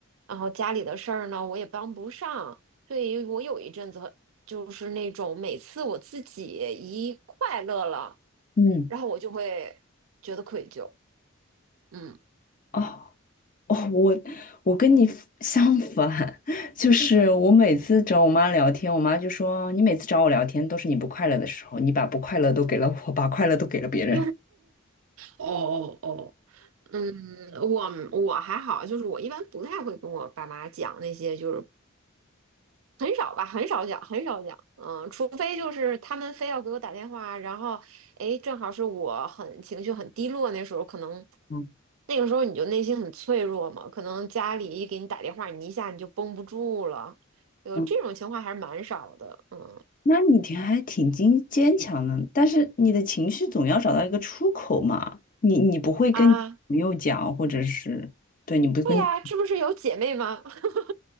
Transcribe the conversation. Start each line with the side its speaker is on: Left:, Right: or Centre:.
Right: 然后家里的事儿呢，我也帮不上，所以我有一阵子很就是那种每次我自己一快乐了，
Left: 嗯，
Right: 然后我就会觉得愧疚，嗯。
Left: 哦哦，我我跟你 f- 相反，<laughs> 就是我每次找我妈聊天，我妈就说你每次找我聊天都是你不快乐的时候，你把不快乐都给了我，把快乐都给了别人。
Right: <laughs> 哦哦哦，嗯，我我还好，就是我一般不太会跟我爸妈讲那些就是很少吧，很少讲，很少讲，嗯，除非就是他们非要给我打电话，然后，哎，正好是我很情绪很低落，那时候可能，
Left: 嗯
Right: 那个时候你就内心很脆弱嘛，可能家里一给你打电话，你一下你就绷不住了，有这种情况还是蛮少的，
Left: 嗯
Right: 嗯
Left: 那你挺还挺坚坚强的，但是你的情绪总要找到一个出口嘛。你你不会跟你朋友讲，
Right: 啊，
Left: 或者是对你不跟，
Right: 会呀，这不是有姐妹吗？<laughs>